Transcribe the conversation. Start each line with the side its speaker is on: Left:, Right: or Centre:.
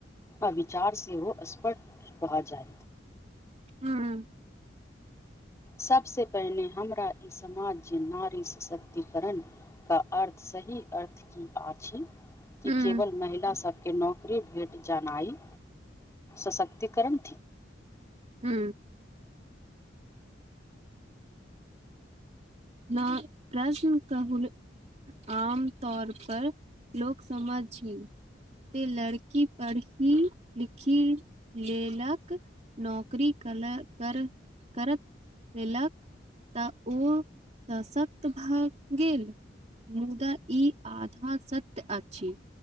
Left: आ विचार सेहो स्पष्ट भऽ जाय।
Right: हँ।
Left: सभसँ पहिने हमरा ई समाज नारी शक्तिकरण का। अर्थ सही अर्थ कि अछि, कि
Right: हूँ
Left: केवल महिला सभ के नौकरी भेट जनाइ शक्तिकरण।
Right: हू। ना प्रश्न कहुल। आम तौर पर लोक समझी छै। से लड़की पढ़ी लिखी लेल कऽ। नौकरी कल कर करते लेलकऽ। त ओ शक्त भए गेल। मुदा ई आधा सत्य अछि।